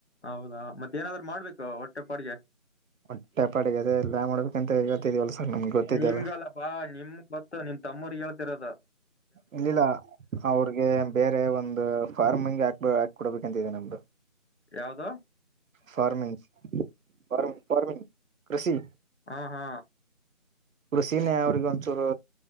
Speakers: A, on the left; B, on the right.
A: ಹೌದಾ ಮತ್ತೇಏನಾದ್ರು ಮಾಡ್ಬೇಕು ಹೊಟ್ಟೆಪಾಡಿಗೆ.
B: ಹೊಟ್ಟೆಪಾಡಿಗೆ ಅದೇ ಎಲ್ಲ ಮಾಡ್ಬೇಕಂತ <unintelligible> ಗೊತ್ತಿದ್ದಲ್ಲ
A: ನಿಮ್ಗಲ್ಲ ಬಾ ನಿಮ ಗೊತ್ತು ನಿಮ್ ತಮ್ಮರ್ ಹೇಳ್. ತಿರದ.
B: ಇಲ್ಲಿಲ್ಲ ಅವ್ರಿಗೆ ಬೇರೆ ಒಂದ್. ಫಾರ್ಮಂಗ್ ಹಾಕ್ಬ ಹಾಕ್ ಕೊಡ್ಬೇಕಂತಿದೆ ನಮ್ದು.
A: ಯಾವ್ದ.
B: ಫಾರ್ಮಿಂಗ್. ಫಾರ್ಮ್ ಫಾರ್ಮಿಂಗ್ ಕೃಷಿ.
A: ಹಾ ಹಾ
B: ಕೃಷಿನೇ ಅವ್ರಗ ಒಂಚೂರು